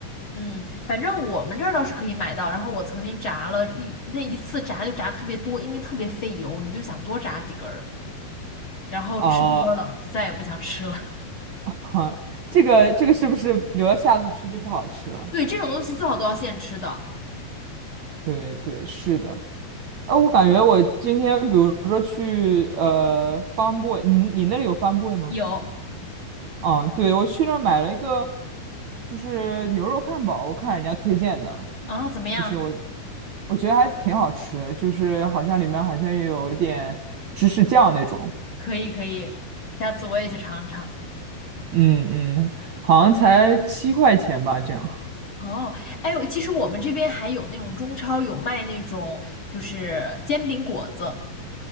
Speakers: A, on the left; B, on the right.
A: 嗯，反正我们这儿倒是可以买到。然后我曾经炸了一那一次炸就炸特别多，因为特别费油，你就想多炸几根儿，然后吃多了就再也不想吃了。
B: 哦，<laughs> 这个这个是不是留到下次吃就不好吃了？
A: <laughs> 对，这种东西最好都要现吃的。
B: 对对，是的。哎，我感觉我今天比如说去呃 f a r Boy，你你那里有 f a r Boy 吗？
A: 有
B: 啊，对，我去那儿买了一个，就是牛肉汉堡，我看人家推荐的，
A: 啊，怎么样？
B: 就是我我觉得还挺好吃的，就是好像里面好像有一点芝士酱那种，
A: 可以可以，下次我也去尝尝。
B: 嗯嗯，好像才七块钱吧，这样。
A: 哦，哎呦，其实我们这边还有那种中超有卖那种就是煎饼果子，